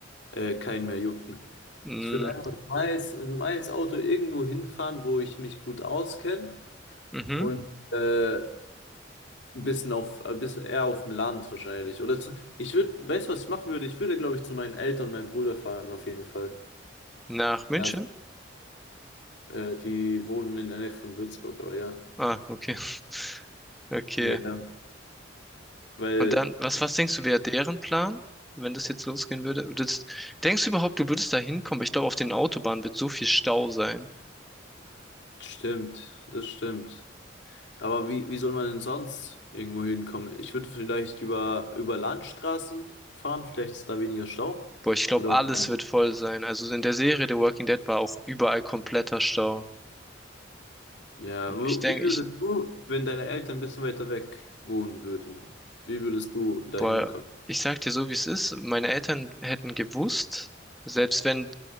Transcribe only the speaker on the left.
äh, keinen mehr jucken.
Ich würde einfach mit Miles, mit Miles-Auto irgendwo hinfahren, wo ich mich gut auskenne
und äh, ein bisschen auf, ein bisschen eher auf dem Land wahrscheinlich. Oder zu, ich würde, weißt du, was ich machen würde? Ich würde, glaube ich, zu meinen Eltern und meinem Bruder fahren, auf jeden Fall.
Ja, äh, die wohnen in der Nähe von Würzburg, aber ja.
Ja, ja. Weil,
stimmt, das stimmt. Aber wie, wie soll man denn sonst irgendwo hinkommen? Ich würde vielleicht über, über Landstraßen fahren, vielleicht ist da weniger Stau.
Oder
was meinst
du? Ja,
wo,
wie würdest
du, wenn deine Eltern ein bisschen weiter weg wohnen würden, wie würdest du da
hinkommen?